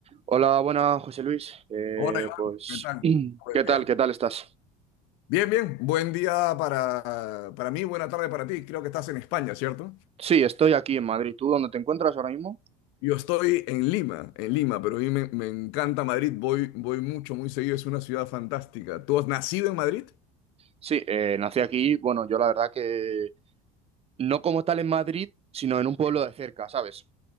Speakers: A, on the right; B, on the left.
A: Hola, buenas, José Luis. Eh,
B: Hola Iván,
A: pues,
B: ¿qué tal?
A: <clears throat> ¿qué
B: Buen día.
A: tal? ¿Qué tal estás?
B: Bien, bien. Buen día para, para mí, buena tarde para ti. Creo que estás en España, ¿cierto?
A: Sí, estoy aquí en Madrid. ¿Tú dónde te encuentras ahora mismo?
B: Yo estoy en Lima, en Lima, pero a mí me, me encanta Madrid. Voy, voy mucho, muy seguido. Es una ciudad fantástica. ¿Tú has nacido en Madrid?
A: Sí, eh, nací aquí. Bueno, yo la verdad que no como tal en Madrid, sino en un pueblo
B: Sí.
A: de cerca, ¿sabes?